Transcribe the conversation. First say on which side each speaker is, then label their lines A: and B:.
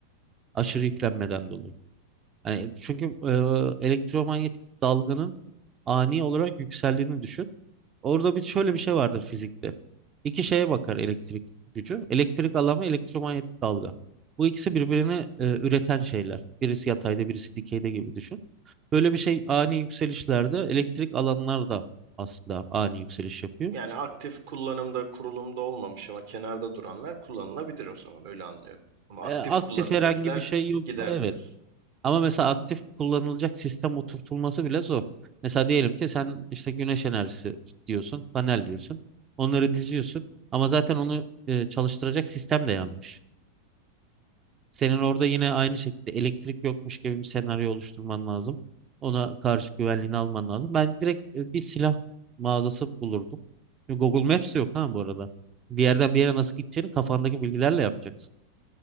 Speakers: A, on the right (about 25°); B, on the right (about 55°).
A: Aşırı
B: Hmm.
A: yüklenmeden dolayı. Yani çünkü e, elektromanyetik dalganın ani olarak yükseldiğini düşün. Orada bir şöyle
B: Hı
A: bir
B: hı.
A: şey vardır fizikte. İki şeye bakar elektrik gücü. Elektrik alanı, elektromanyetik dalga. Bu ikisi birbirini e, üreten şeyler. Birisi yatayda, birisi dikeyde gibi düşün. Böyle bir şey ani yükselişlerde elektrik alanlar da aslında ani yükseliş yapıyor.
B: Yani aktif kullanımda kurulumda olmamış ama kenarda duranlar kullanılabilir o zaman öyle anlıyorum. Ama
A: E,
B: aktif
A: aktif
B: kullanımdakiler
A: herhangi bir şey yoksa
B: gider
A: evet.
B: diyorsun.
A: Ama mesela aktif kullanılacak sistem oturtulması bile zor. Mesela diyelim ki sen işte güneş enerjisi diyorsun, panel diyorsun. Onları diziyorsun. Ama zaten onu e, çalıştıracak sistem de yanmış. Senin orada yine aynı şekilde elektrik yokmuş gibi bir senaryo oluşturman lazım. Ona karşı güvenliğini alman lazım. Ben direkt e, bir silah mağazası bulurdum. Google Maps de yok ha bu arada. Bir yerden bir yere nasıl gideceğini kafandaki bilgilerle yapacaksın.